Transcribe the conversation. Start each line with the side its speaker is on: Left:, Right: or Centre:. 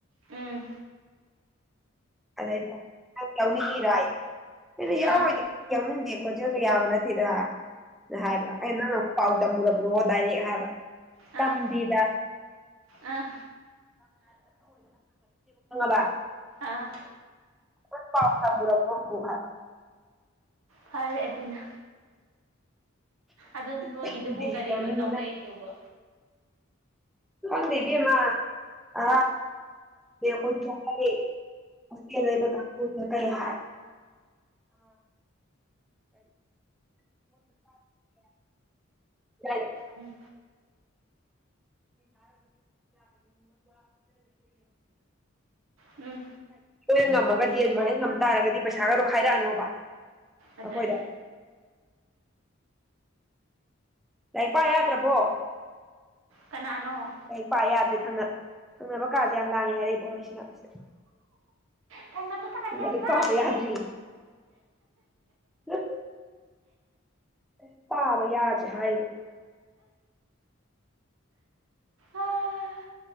Right: ꯎꯝ ꯎꯝ
Centre: ꯑꯗꯩꯗ ꯌꯥꯎꯅꯤꯡꯉꯤꯔ ꯑꯩꯅ
Right: ꯑꯥ
Centre: ꯌꯥꯎꯔ ꯌꯥꯎꯅꯤꯡꯗꯦ ꯈꯣꯟꯖꯦꯜꯒ ꯌꯥꯕ ꯅꯠꯇꯦꯗ ꯍꯥꯏꯕ꯭ꯔꯥ ꯑꯩ ꯅꯪ ꯑꯃ ꯄꯥꯎ ꯇꯝꯃꯨꯔꯕ꯭ꯔꯣ ꯗꯥꯏꯔꯦꯛ ꯍꯥꯏꯕ
Right: ꯑꯥ
Centre: ꯇꯝꯗꯤꯗ
Right: ꯑꯥ
Centre: ꯕ
Right: ꯑꯥ
Centre: ꯑꯩꯣꯏ ꯄꯥꯎꯇꯥ ꯃꯔꯄ ꯃꯨꯍꯕ
Right: ꯐꯔꯦ ꯑꯗꯨꯅ ꯑꯗꯣ ꯅꯣꯏꯗꯨꯕꯨ
Centre: ꯇꯝꯗꯦ
Right: ꯀꯔꯤꯅꯣ
Centre: ꯌꯥꯎꯅꯤꯡ
Right: ꯇꯧꯅꯩꯗꯨꯕ
Centre: ꯈꯪꯗꯦꯕꯤ ꯏꯃ ꯑ ꯑꯩꯈꯣꯏ ꯂꯩꯕ ꯀꯥꯡꯅ ꯀꯩ ꯍꯥꯏ ꯑ
Right: ꯎꯝ ꯎꯝ
Centre: ꯣꯏꯅ ꯉꯝꯃꯒꯗꯤ ꯑꯗꯨꯃꯥꯏꯅ ꯉꯝ ꯇꯥꯔꯒꯗꯤ ꯄꯩꯁꯥ ꯈꯗꯣ ꯈꯥꯏꯔꯛꯑꯅꯣꯕ
Right: ꯑꯗꯨꯗꯅꯦ
Centre: ꯑꯩꯈꯣꯏꯗ ꯂꯔꯤꯛ ꯄꯥ ꯌꯥꯗ꯭ꯔꯕꯣ
Right: ꯀꯅꯥꯅꯣ
Centre: ꯑꯩ ꯄꯥ ꯌꯥꯗꯦ ꯊꯪꯅ ꯊꯪꯅꯕ ꯀꯥꯁꯦ ꯌꯥꯝ ꯂꯥꯡꯉꯦ ꯍꯥꯏꯔꯛꯏꯕ ꯍꯣꯔꯩ ꯁꯁꯤꯗ
Right: ꯊꯪꯅꯕꯗ ꯀꯥꯁꯦ
Centre: ꯉꯔꯤꯛ
Right: ꯌꯥꯝ ꯂꯥꯡꯉꯤꯍꯦ
Centre: ꯄꯥꯕ ꯌꯥꯗ꯭ꯔꯤ ꯍ ꯑꯩ ꯇꯥꯕ ꯌꯥꯁꯦ ꯍꯥꯏꯕ
Right: ꯑꯥ